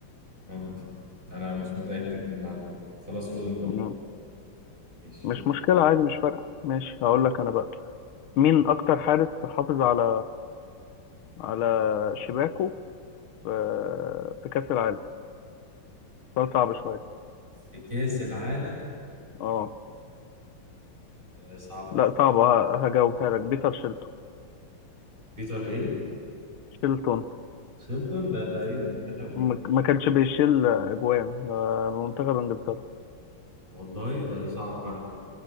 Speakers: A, on the right; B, on the left.
A: ممكن انا مش متاكد من المعلومه خلاص خد انت النقطه
B: مم.
A: ماشي
B: مش مشكله عادي مش فارقه ماشي هقول لك انا بقى مين اكتر حارس حافظ على على شباكه في في كأس العالم سؤال صعب شوية
A: في كاس العالم
B: اه
A: آه، صعبه
B: لا
A: دي
B: صعب ه- هجاوبها لك بيتر شيلتون
A: بيتر ايه
B: شيلتون
A: شيلتون ده ده ايه ده منتخب ايه
B: ما ما كانش بيشيل أجوان آه، منتخب إنجلترا
A: والله ده ده صعب فعلا